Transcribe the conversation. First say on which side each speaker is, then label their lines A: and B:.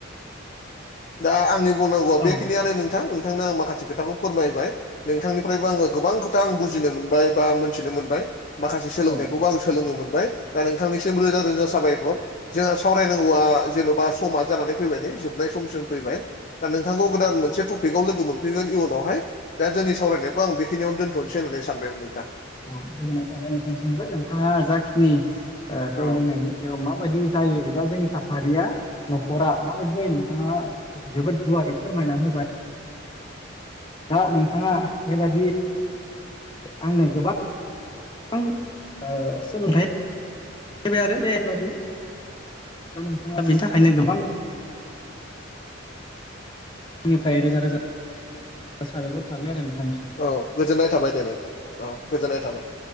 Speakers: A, on the left; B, on the left.
A: दा आंनि बुंनांगौआ बेखिनियानो
B: औ
A: नों थां नोंथांनो आं माखासे खोथा फोरमायबाय नोंथनिफ्रायबो आंङो गोबां खोथ आं बजिनो मोन बाय बा मोनथिनो मोनबाय माखासे सोलोंथाइखौबो
B: औ
A: आं सोलोंनो मोनबाय। दा नोंथांनिसिम रोजा रोजा साबायखर जोंहा सावरायनांगौआ जेन'बा समा जानानै फैबाय न जोबनाय सम जों फैबाय दा नोंथांखौ गोदान मोनसे थफ फिखआव लोगो मोनफैगोन इउनावहाय दा जोंनि सावरायनायखौ आं बेखिनियावनो दोन थ'नोसै होननानै सानबायमोन नोंथां।
B: औ गोजोननाय थाबाय नोंथांसिमबो नोंथाङा जाखिनि ओ जौ
A: औ
B: लोंनायनि सायाव माबायदि जायो एबा जोंनि थासारिया न'खरा माबायदि जायो नोंथाङा जोबोद गुवारै फोरमायना होबा दा नोंथाङा बेबादि आंनो गोबा आं ओ सोलोंथाइ फैबाय आरो बेबादि दा नोंथाङा बिनि थाखायनो गोबां आंनिफ्राय रोजा रोजा साबायखर थाबाय आरो नोंथां।
A: औ गोजोननाय थाबाय दे नोंथां औ गोजोननाय थाबाय।